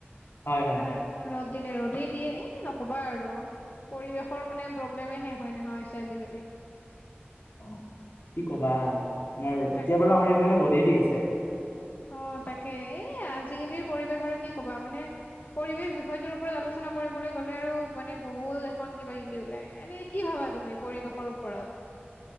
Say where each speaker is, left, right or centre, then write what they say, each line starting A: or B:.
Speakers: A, on the left; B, on the left.
A: হয় হয়।
B: আৰ ৰ'দ দিলে, ৰ'দ দিয়ে। এ, নক'বা আৰু। পৰিৱেশৰ মানে প্ৰব্লেমে শেষ হৈ নহা হৈছে আজিকালি।
A: অ কি ক'বা, তোমাৰ এতিয়া
B: তাক
A: বাৰু আমাৰ এইফালে ৰ'দে দি আছে।
B: অ' তাকে। এই আজিকালিৰ পৰিৱেশ আৰু কি ক'বা মানে পৰিৱেশ বিষয়টোৰ ওপৰত আলোচনা কৰিবলৈ গ'লে আৰু মানে বহুত এখন কিবা কিবি ওলাই এনে কি ভাবা তুমি পৰিৱেশৰ ওপৰত?